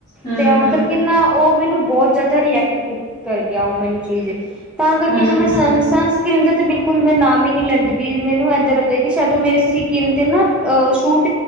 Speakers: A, on the left; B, in the centre.
A: ਹੂੰ
B: ਤੇਆਂ
A: ਹੂੰ
B: ਕਰ ਕਿੰਨਾ ਓ ਮੈਨੂੰ ਬੌਤ ਜ਼ਿਆਦਾ ਰਿਐਕਟ ਕ ਕਰ ਗਿਆ ਓ ਮੈਨੂੰ ਚੀਜ਼। ਤਾਂ ਕਰਕੇ
A: ਹੂੰ
B: ਫੇਰ ਮੈਂ
A: ਹੂੰ
B: ਸਨਸਕਰੀਨ ਦਾ ਤੇ ਬਿਲਕੁਲ ਮੈਂ ਨਾਮ ਈ ਨੀ ਲੈਂਦੀ ਬੀ ਮੈਨੂੰ ਏਦਾਂ ਲੱਗਦੈ ਕਿ ਸ਼ੈਦ ਓ ਮੇਰੀ ਸੀਕੀਨ ਤੇ ਨਾ ਅ ਸੁਟ